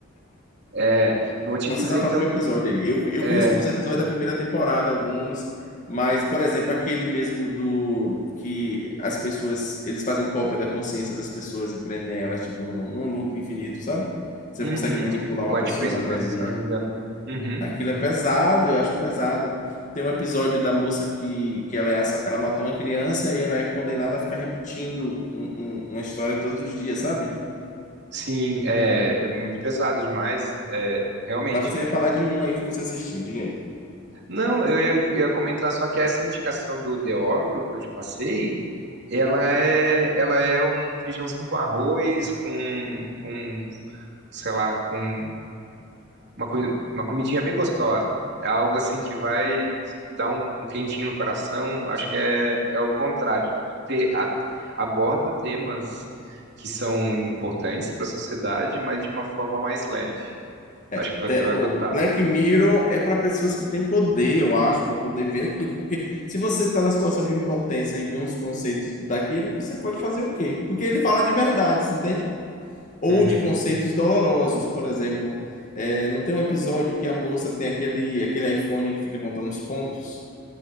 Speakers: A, on the right; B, on the left.
A: É, vou te
B: Mas
A: dizer
B: Você tá falando
A: então.
B: de um episódio aí. Eu, eu
A: É,
B: vi os, os episódios da primeira temporada, alguns, mas, por exemplo, aquele mesmo do que as pessoas, eles fazem cópia da consciência das pessoas e prendem elas, tipo, num, num loop infinito, sabe? Você
A: uhum,
B: consegue manipular
A: White
B: uma pessoa
A: Christmas,
B: na telinha.
A: se eu não me engano. Uhum.
B: Aquilo é pesado, eu acho pesado. Tem um episódio da moça que, que ela, é, assa- ela matou uma criança e ela é condenada a ficar repetindo um- um- uma história todos os dias, sabe?
A: Sim, é, é muito pesado demais, é, realmente.
B: Mas você ia falar de um aí que você assistiu, diga aí.
A: Não, eu ia, eu ia comentar só que essa indicação do The Orville que eu te passei, ela é, ela é um feijãozinho com arroz, com, com sei lá, com uma, co- uma comidinha bem gostosa. É algo assim que vai dar um, um quentinho no coração. Acho que é, é o contrário. Ter, a- aborda temas que são importantes para a sociedade, mas de uma forma mais leve.
B: É,
A: Acho que você
B: De-
A: vai
B: O
A: gostar.
B: Black Mirror é para pessoas que têm poder, eu acho, para poder ver aquilo. Porque se você está na situação de impotência e vê uns conceitos daquele, você pode fazer o quê? Porque ele fala de verdades, entende? Ou
A: Uhum.
B: de conceitos dolorosos, por exemplo. É, não tem um episódio que a moça tem aquele, aquele iPhone que fica contando os pontos?